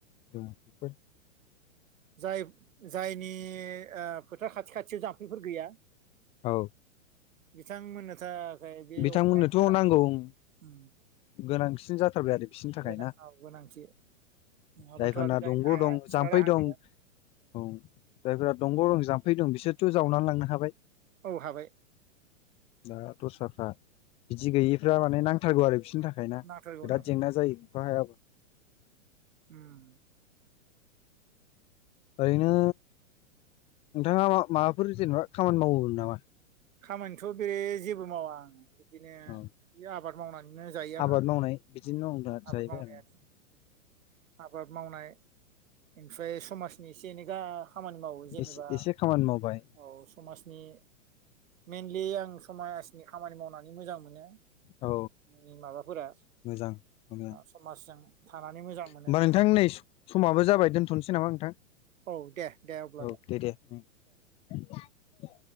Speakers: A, on the left; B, on the right.
A: दं बेफोर
B: जाय जायनि फोथार खाथि खाथियाव जाम्फैफोर गैया
A: औ ।
B: बिथांमोननो थाखाय बे
A: बिथांमोननोथ
B: अखायानो गोनां
A: नांगौ उम
B: उम
A: गोनां सिन जाथारबाय आरो । बिसिनि थाखाय
B: गोनां
A: ना
B: औ गोनांथि नङाबाथ'
A: जायफोरना
B: आरो गायनो
A: दंग
B: हाया
A: दं
B: बिस्रा
A: जाम्फै
B: राहा
A: दं
B: गैया
A: औ जायफोरा दंग दं जाम फै दं बिसोरथ जावना लांनो हाबाय
B: औ हाबाय
A: दा दस्राफ्रा बिदि गैयिफ्रा माने नांथारगौ आरो फिसिनि थाखाय ना
B: नांथारगौ
A: बिराद
B: नांथारगौ
A: जेंना जायो । <inaudible>
B: उम
A: ओरैनो नोंथाङा मा माबाफोर जेनेबा खामानि मावो नामा?
B: खामानिथ बे जेबो मावा आङो बिदिनो
A: औ
B: बे आबाद मावनाय जायो आंहा
A: आबाद <inaudible>
B: आबाद मावनायानो आबाद मावनाय एमफ्राय समाजनि एसे एनै गा खामानि मावो जेनेबा
A: एसे एसे खामानि मावबाय
B: औ समाजनि मेइनलि आं समाजनि खामानि मावनानै मोजां मोनो
A: औ
B: नि माबाफोरा
A: मोजां मोजां
B: समाजजों थानानै मोजां ।
A: होमबा नोंथां नै स समाबो जाबाय दोन्थनसै नामा नोंथां?
B: औ दे दे अब्ला
A: औ दे दे